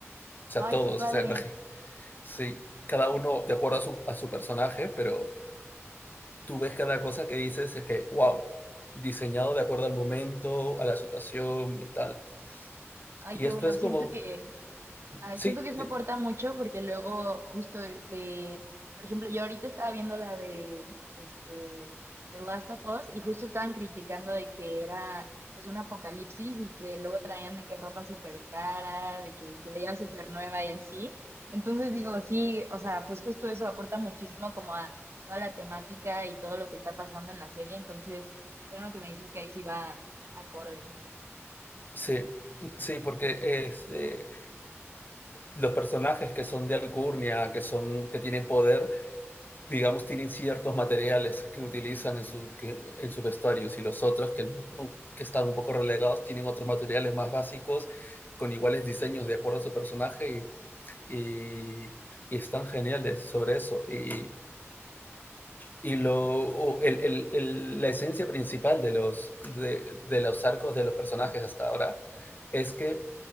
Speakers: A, on the left; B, on the right.
A: O sea,
B: Ay,
A: todos,
B: qué padre.
A: o sea, <laughs> imagi- sí, cada uno de acuerdo a su, a su personaje, pero tú ves cada cosa que dices es que, wow, diseñado de acuerdo al momento, a la situación y tal.
B: Ay,
A: Y
B: qué
A: esto
B: bueno.
A: es
B: Siento
A: como,
B: que Ay,
A: sí,
B: siento que eso aporta mucho porque luego justo de, de- por ejemplo, yo ahorita estaba viendo la de este The Last of Us y justo estaban criticando de que era pues un apocalipsis y que luego traían de que ropa súper cara, de que se veía súper nueva y así. Entonces digo, sí, o sea, pues justo eso aporta muchísimo como a toda la temática y todo lo que está pasando en la serie. Entonces, creo que me dices que ahí sí va acorde.
A: sí, sí, porque es, eh, los personajes que son de alcurnia, que, son, que tienen poder, digamos, tienen ciertos materiales que utilizan en, su, que, en sus vestuarios y si los otros que, no, que están un poco relegados tienen otros materiales más básicos con iguales diseños de acuerdo a su personaje y, y, y están geniales sobre eso. Y, Y lo, el- el- el- la esencia principal de los, de, de los arcos de los personajes hasta ahora es que